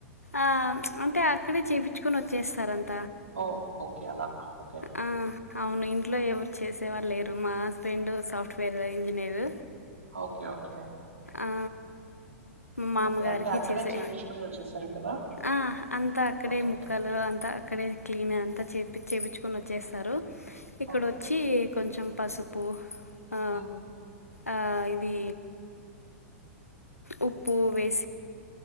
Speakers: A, on the left; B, on the right.
A: ఆ అంటే అక్కడే చేపించుకొని వచ్చేస్తారు అ
B: ఓ ఓకే అలా ఓకే
A: ఆ, అవును ఇంట్లో ఎవరు చేసే వాళ్ళు లేరు మా husband software engineer
B: okay okay
A: ఆ మామగారికి
B: ఓకే అంటే అక్కడే
A: చేసె
B: చేపించుకుని వచ్చేస్తారు కదా
A: ఆ అంతా అక్కడే
B: ఓకే
A: ముక్కలు
B: ఓకే
A: అంతా అక్కడే క్లీన్ అంతా చేపి చేపిచ్చు కుని వచ్చస్తారు ఇక్కడ
B: ఓకే
A: వచ్చి కొంచెం పసుపు ఆ
B: ఉమ్,
A: ఆ ఇది ఉప్పు వేసి